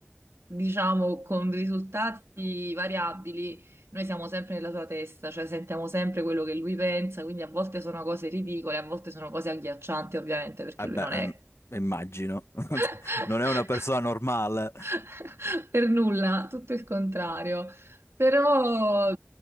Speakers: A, on the right (about 80°); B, on the left (about 85°).
A: diciamo con risultati variabili, noi siamo sempre nella sua testa, cioè sentiamo sempre quello che lui pensa, quindi a volte sono cose ridicole, a volte sono cose agghiaccianti, ovviamente, perché
B: Eh
A: lui
B: beh,
A: non
B: ehm,
A: è
B: immagino. <laughs>
A: <laughs>
B: Non è una persona normale.
A: <laughs> Per nulla, tutto il contrario. Però